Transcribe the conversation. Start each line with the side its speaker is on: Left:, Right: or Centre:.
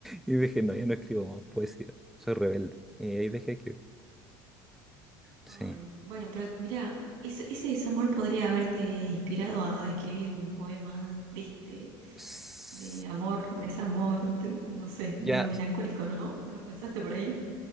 Centre: y dije, no, ya no escribo más poesía, soy rebelde. Y ahí dejé de escribir. Sí.
Right: Ay, bueno, pero mira, ese, ese desamor podría haberte inspirado a escribir un poema triste
Centre: S-
Right: de amor, desamor, te- no sé,
Centre: Ya,
Right: medio melancólico, ¿no? ¿No lo pensaste por ahí?